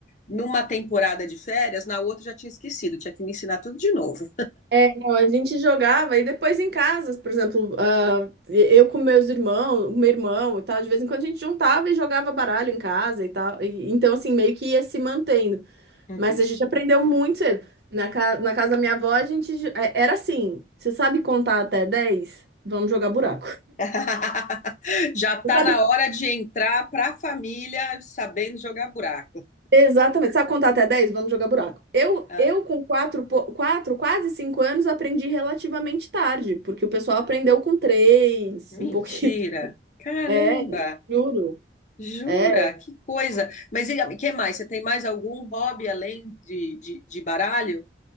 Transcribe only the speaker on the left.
numa temporada de férias, na outra eu já tinha esquecido, tinha que me ensinar tudo de novo.
<laughs>
<laughs> Já tá
na hora de entrar para a família sabendo jogar buraco.
Ah,
mentira!
Caramba!
Jura?
Que coisa! Mas e que mais? Você tem mais algum hobby além de, de, de baralho?